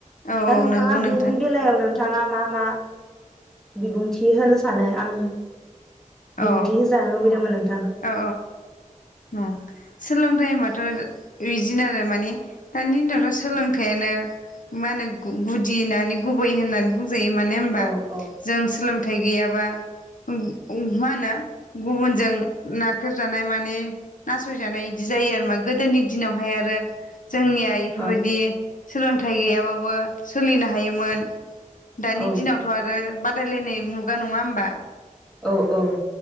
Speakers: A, on the left; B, in the centre.
A: औ
B: दा नोंथाङा
A: नंगौ नोंथां
B: बेनि बेलायाव नों बिथाङा मा मा बिबुंथि होनो सानो आं बिबुंथि
A: औ
B: होजानो लुबैदोंमोन आं
A: औ औ सोलोंथाइ माथ रिजिन आरो माने दानि उनावथ सोलोंथायानो मा होनो गुदि होनानि गुबै होननानै बुं बुंजायो मानो होमबा
B: औ औ
A: जों सोलोंथाय गैयाबा मा होनो गुबुनजों नाख्रेबजानाय माने नासयजानाय बिदि जायो आरोमा गोदोनि दिनावहाय आरो। जोंनिया इफोरबायदि
B: औ
A: सोलोंथाइ गैयाबाबो सोलिनो हायोमोन। दानि
B: औ
A: दिनावथ आरो ब बादायलायनाय मुगा नंङा होमबा।
B: औ औ